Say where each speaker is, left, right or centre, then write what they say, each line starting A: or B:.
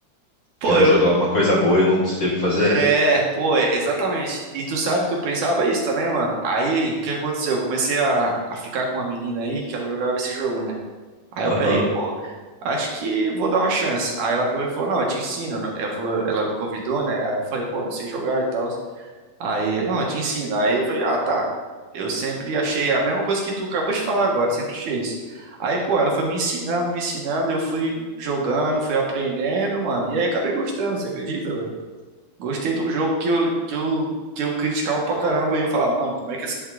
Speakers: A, on the right; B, on the left.
A: Pô,
B: quero
A: eu.
B: jogar uma coisa boa e não sei o que fazer.
A: É, pô, é, exatamente. E tu sabe que eu pensava isso também, mano. Aí, o que aconteceu? Eu comecei a, a ficar com uma menina aí que ela jogava esse jogo, né? Aí
B: Aham.
A: eu peguei, pô, acho que vou dar uma chance. Aí ela pegou e falou, não, eu te ensino. Ela falou, ela me convidou, né? Aí eu falei, pô, não sei jogar e tal. Aí, não, eu te ensino. Aí eu falei, ah, tá. Eu sempre achei a mesma coisa que tu acabou de falar agora, sempre achei isso. Aí, pô, ela foi me ensinando, me ensinando, eu fui jogando, fui aprendendo, mano. E aí acabei gostando, você acredita, velho? Gostei de um jogo que eu, que eu, que eu criticava pra caramba e eu falava, mano, como é que esse,